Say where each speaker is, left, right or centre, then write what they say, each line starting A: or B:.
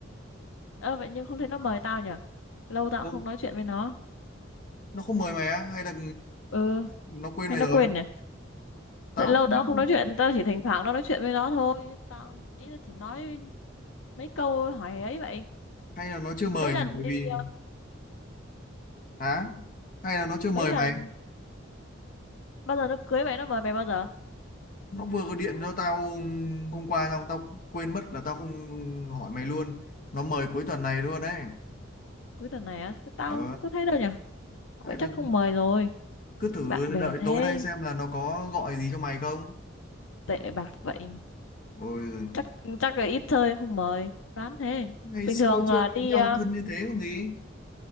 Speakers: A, on the left; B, on the left.
A: ơ vậy nhưng không thấy nó mời tao nhỉ lâu tao
B: không,
A: cũng không nói chuyện với nó
B: nó không mời mày á hay là
A: ừ
B: nó quên
A: hay
B: mày
A: nó
B: rồi
A: quên nhỉ
B: tao
A: tại lâu
B: cũng không
A: tao
B: biết
A: cũng không nói chuyện tao chỉ thỉnh thoảng tao nói chuyện với nó thôi chứ tao ý là chỉ nói mấy câu hỏi ấy vậy
B: hay là nó chưa mời
A: mấy lần
B: nhỉ tại
A: đi
B: vì
A: ờ,
B: hả hay là nó chưa
A: mấy
B: mời
A: lần
B: mày
A: bao giờ nó cưới mày nó mời mày bao giờ
B: nó vừa có điện cho tao hôm qua xong tao quên mất là tao không hỏi mày luôn nó mời cuối tuần này luôn đấy
A: cuối tuần này á tao
B: ờ
A: có thấy đâu nhỉ
B: hay
A: vậy
B: là
A: chắc không mời rồi
B: cứ thử
A: bạn bè
B: đợi
A: thế
B: tối nay xem là nó có gọi gì cho mày không
A: tệ bạc vậy
B: ôi giời,
A: chắc chắc là ít chơi em không mời đoán thế
B: ngày
A: bình
B: xưa
A: thường là
B: chơi với
A: đi
B: nhau
A: ờ,
B: thân như thế còn gì